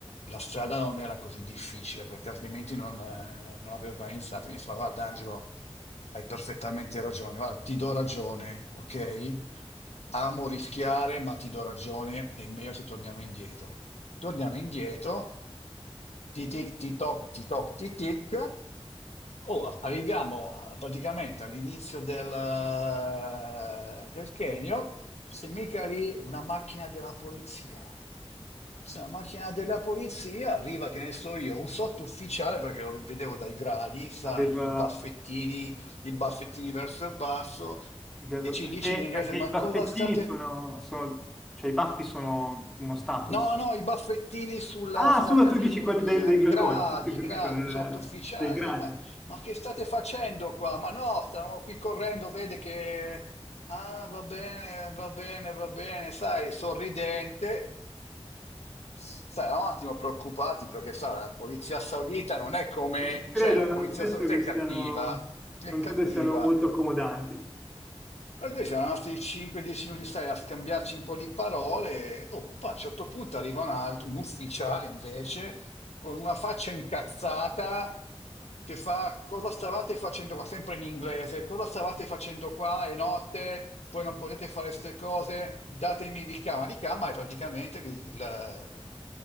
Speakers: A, on the left; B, in the centre.
A: la strada non era così difficile perché altrimenti non, eh, non l'avrei organizzata. Mi fa, guarda Angelo, hai perfettamente ragione, guarda, ti do ragione, ok? Amo rischiare, ma ti do ragione, è meglio se torniamo indietro. Torniamo indietro, ti tic, ti toc, ti toc, ti tic, Oh, a- arriviamo a- praticamente all'inizio del, eh, del Kenio, c'è mica lì una macchina della polizia. C'è una macchina della polizia, arriva, che ne so io, un sottufficiale, perché lo vedevo dai gradi, sai,
B: aveva
A: i baffettini, i baffettini verso il basso,
B: il gallo-
A: e ci
B: perché,
A: dice in inglese,
B: perché
A: ma
B: i baffettini
A: cosa state...
B: sono, sono- cioè i baffi sono uno status.
A: No, no, i baffettini sulla,
B: Ah,
A: sulla
B: scusa,
A: camicia,
B: tu dici quelli dei, dei
A: i
B: galloni,
A: gradi,
B: sì, sì, ho
A: i gradi,
B: capito, del-
A: un sottufficiale.
B: dei gradi.
A: gli fa, ma che state facendo qua? Ma no, stavamo qui correndo, vede che... Ah, va bene, va bene, va bene, sai, sorridente. Sai, eravamo un attimo preoccupati perché, sa, la polizia saudita non è come...
B: Ci credo,
A: Cioè, la
B: non
A: polizia
B: penso
A: saudita
B: che
A: è cattiva,
B: siano,
A: è
B: non
A: cattiva.
B: credo siano molto accomodanti.
A: Per cui siamo rimasti 5-10 minuti stare a scambiarci un po' di parole. e, Oh, poi a un certo punto arriva un altro, un ufficiale invece, con una faccia incazzata che fa: Cosa stavate facendo qua? Sempre in inglese, cosa stavate facendo qua? È notte, poi non potete fare queste cose, datemi di cama. Di cama è praticamente il- la,